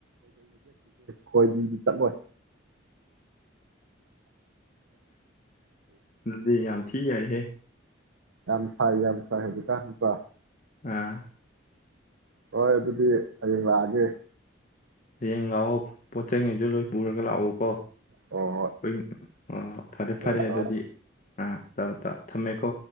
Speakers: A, on the right (about 80°); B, on the left (about 40°).
A: ꯍꯣꯏꯗꯤꯗꯤ ꯆꯠꯂꯣꯏ
B: ꯑꯣ ꯗꯤ ꯌꯥꯝ ꯊꯤ ꯌꯥꯏꯍꯦ
A: ꯌꯥꯝꯁꯥꯏ ꯌꯥꯝꯁꯥꯏ ꯑꯗꯨ ꯀꯠꯇ
B: ꯑꯥ
A: ꯍꯣꯏ ꯑꯗꯨꯗꯤ ꯍꯌꯦꯡ ꯂꯥꯛꯑꯒꯦ
B: ꯍꯌꯦꯡ ꯂꯥꯛꯑꯣ ꯄꯣꯠꯆꯉꯩꯁꯨ ꯂꯣꯏ ꯄꯨꯔꯒ ꯂꯥꯛꯎꯀꯣ
A: ꯍꯣꯏ ꯍꯣꯏ
B: <unintelligible> ꯑꯥ ꯐꯔꯦ ꯐꯔꯦ
A: ꯍꯣꯏ
B: ꯑꯗꯨꯗꯤ
A: ꯇꯧꯔꯣ
B: ꯑꯥ ꯇꯧꯔꯣ ꯇꯧꯔꯣ ꯊꯝꯃꯦꯀꯣ